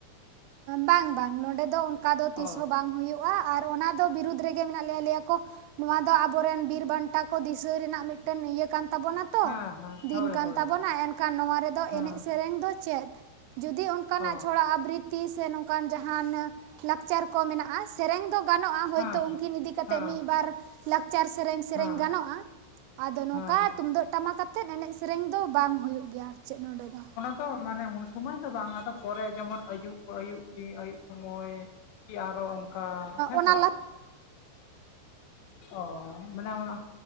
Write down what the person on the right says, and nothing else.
ᱵᱟᱝ ᱵᱟᱝ ᱱᱚᱸᱰᱮ ᱫᱚ ᱚᱱᱠᱟ ᱫᱚ ᱛᱤᱥ
ᱦᱚᱸ ᱵᱟᱝ ᱦᱩᱭᱩᱜᱼᱟ᱾ ᱟᱨ ᱚᱱᱟ ᱫᱚ ᱵᱤᱨᱩᱫᱽ ᱨᱮᱜᱮ ᱢᱮᱱᱟᱜ ᱞᱮᱭᱟ, ᱞᱮᱭ ᱟᱠᱚᱼᱼ ᱱᱚᱣᱟ ᱫᱚ ᱟᱵᱚᱨᱮᱱ ᱵᱤᱨ ᱵᱟᱱᱴᱟ ᱠᱚ ᱫᱤᱥᱟᱹ ᱨᱮᱱᱟᱜ ᱢᱤᱫᱴᱮᱱ ᱤᱭᱟᱹ ᱠᱟᱱ ᱛᱟᱵᱚᱱᱟ ᱾ ᱛᱚ
ᱫᱤᱱ
ᱠᱟᱱ
ᱛᱟᱵᱚᱱᱟ
ᱮᱱᱠᱷᱟᱱ ᱱᱚᱣᱟ ᱨᱮᱫᱚ
ᱮᱱᱮᱡ ᱥᱮᱨᱮᱧ ᱫᱚ ᱪᱮᱫ ᱡᱩᱫᱤ ᱚᱱᱼᱼ ᱱᱚᱝᱠᱟᱱᱟᱜ
ᱪᱷᱚᱲᱟ ᱟᱵᱨᱤᱛᱤ ᱥᱮ ᱱᱚᱝᱠᱟᱱ ᱡᱟᱦᱟᱱ ᱞᱟᱠᱪᱟᱨ ᱠᱚ ᱢᱮᱱᱟᱜᱼᱟ ᱥᱮᱨᱮᱧ ᱫᱚᱼᱼ ᱜᱟᱱᱚᱜᱼᱟ ᱦᱳᱭᱛᱳ
ᱩᱱᱠᱤᱱ ᱤᱫᱤ ᱠᱟᱛᱮᱫ
ᱢᱤᱫ ᱵᱟᱨ ᱞᱟᱠᱪᱟᱨ ᱥᱮᱨᱮᱧ ᱥᱮᱨᱮᱧ
ᱜᱟᱱᱚᱜᱼᱟ᱾ ᱟᱫᱚ ᱱᱚᱝᱠᱟ
ᱛᱩᱢᱫᱟᱹᱜ ᱴᱟᱢᱟᱠ ᱟᱛᱮᱫ ᱮᱱᱮᱡ ᱥᱮᱨᱮᱧ ᱫᱚ ᱵᱟᱝ ᱦᱩᱭᱩᱜ ᱜᱮᱭᱟ ᱟᱨ ᱪᱮᱫ ᱱᱚᱸᱰᱮ ᱫᱚ᱾
ᱚᱱᱟ
<inaudible>